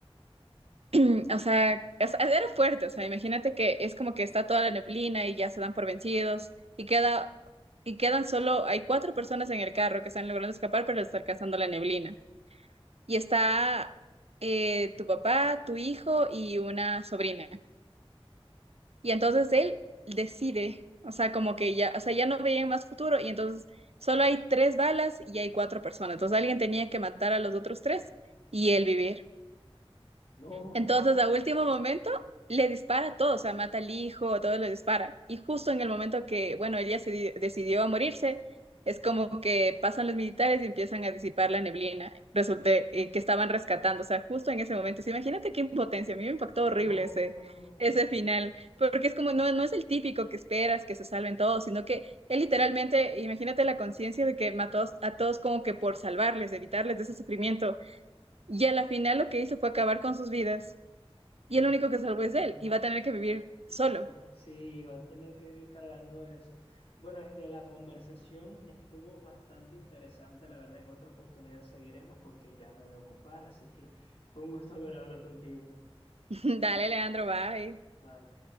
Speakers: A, on the left (about 70°); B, on the right (about 80°).
A: Ajá,
B: <clears throat> o sea, es- era fuerte, o sea, imagínate que es como que está toda la neblina y ya se dan por vencidos y queda y quedan solo hay cuatro personas en el carro que están logrando escapar, pero les está alcanzando la neblina. Y está eh, tu papá, tu hijo y una sobrina. Y
A: ok.
B: entonces él decide, o sea, como que ya, o sea, ya no veían más futuro y entonces solo hay tres balas y hay cuatro personas. Entonces alguien tenía que matar a los otros tres y él vivir.
A: No,
B: Entonces, a último momento, le dispara a todos, o sea, mata al hijo, a todos le dispara. Y justo en el momento que, bueno, ella se di- decidió a morirse, es como que pasan los militares y empiezan a disipar la neblina, resulta eh, que estaban rescatando, o sea, justo en ese momento. O sea, imagínate qué impotencia, a mí me impactó horrible
A: no.
B: ese, ese final, porque es como, no, no es el típico que esperas que se salven todos, sino que él literalmente, imagínate la conciencia de que mató a todos como que por salvarles, evitarles de ese sufrimiento. Y a la final lo que hizo fue acabar con sus vidas
A: De
B: y el único que salvo
A: pa-
B: es él y va a tener que vivir solo.
A: ¿cómo? Sí, va a tener que ir cargando eso. Bueno, este, la conversación estuvo bastante interesante, la verdad. En otra oportunidad seguiremos porque ya me voy a ocupar, así que fue un gusto volver a hablar contigo.
B: <laughs> Dale, Leandro, bye.
A: Bye.